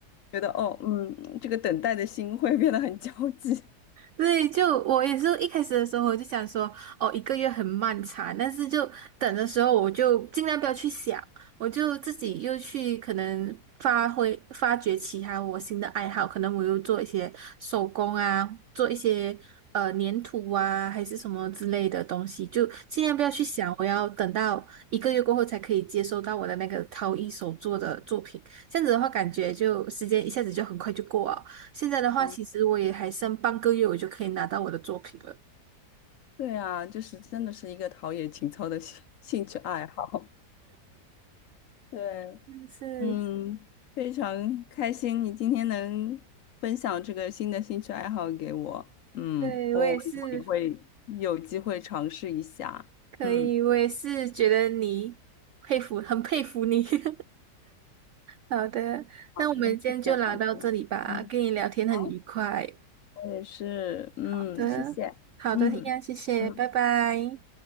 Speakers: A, on the left (about 65°); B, on the right (about 80°).
A: 觉得哦，嗯，这个等待的心会变得很焦急。
B: 对，就我也是一开始的时候，我就想说，哦，一个月很漫长，但是就等的时候，我就尽量不要去想，我就自己又去可能发挥发掘其他我新的爱好，可能我又做一些手工啊，做一些呃粘土啊，还是什么之类的东西，就尽量不要去想，我要等到一个月过后才可以接收到我的那个陶艺手作的作品，这样子的话，感觉就时间一下子就很快就过了。现在的话，
A: <laughs> 嗯
B: 其实我也还剩半个月，我就可以拿到我的作品了。
A: 对啊，就是真的是一个陶冶情操的兴兴趣爱好。对。
B: 是，
A: 嗯，非常开心你今天能分享这个新的兴趣爱好给我。嗯，
B: 对，
A: 我以后也会有机会尝试一下。
B: 我也是可以，
A: 嗯，
B: 我也是觉得你佩服，很佩服你。<laughs> 好的。
A: 好，
B: 那我们今天就聊到这里吧，
A: 这个小心。嗯，
B: 跟你聊天很愉快。
A: 好，我也是。嗯，
B: 好的，
A: 谢谢。
B: 好的，
A: 嗯嗯。
B: 一样，谢谢，拜拜。